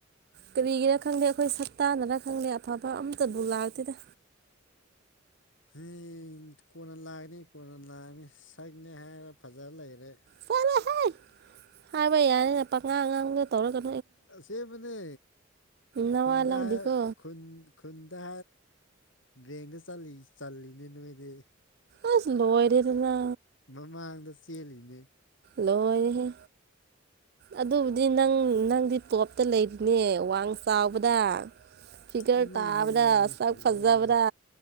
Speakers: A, on the right; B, on the left.
A: ꯀꯔꯤꯒꯤꯔ ꯈꯪꯗꯦ ꯑꯩꯈꯣꯏ ꯁꯛꯇꯥꯅꯔ ꯈꯪꯗꯦ ꯑꯐꯕ ꯑꯝꯃꯇꯕꯨ ꯂꯥꯛꯇꯦꯗ꯫
B: ꯏꯟ ꯀꯣꯟꯅ ꯂꯥꯛꯑꯅꯤ ꯀꯣꯟꯅ ꯂꯥꯛꯑꯅꯤ ꯁꯛꯅꯤ ꯍꯥꯏꯔ ꯐꯖꯔ ꯂꯩꯔꯦ꯫
A: ꯆꯔꯦ ꯍꯥꯏ ꯍꯥꯏꯕ ꯌꯥꯅꯤꯦ ꯄꯉꯥꯡ ꯉꯥꯡꯕꯗꯣ ꯇꯧꯔꯒ
B: ꯑꯁꯦꯝꯕꯅꯦ
A: ꯅꯋꯥ
B: ꯈꯨꯨꯟꯗꯟ
A: ꯂꯧꯗꯦꯀꯣ
B: ꯈꯨꯨꯟ ꯈꯨꯟꯗ ꯒꯔꯦꯡꯗ ꯆꯜꯂꯤ ꯆꯜꯂꯤꯅꯦ ꯅꯣꯏꯗꯤ
A: ꯑꯁ ꯂꯣꯏꯔꯦꯗꯅꯥ
B: ꯃꯃꯥꯡꯗ ꯆꯦꯜꯂꯤꯅꯦ
A: ꯂꯣꯏꯔꯦꯍꯦ ꯑꯗꯨꯕꯨꯗꯤ ꯅꯪ ꯅꯪꯗꯤ ꯇꯣꯞꯇ ꯂꯩꯄꯅꯦ ꯋꯥꯡ ꯆꯥꯎꯕꯗ ꯐꯤꯒꯔ
B: ꯏꯃꯩ
A: ꯇꯥꯕꯗ
B: ꯃꯩ ꯃꯩ ꯃꯩ
A: ꯁꯛ
B: ꯂꯣꯏ
A: ꯐꯖꯕꯗ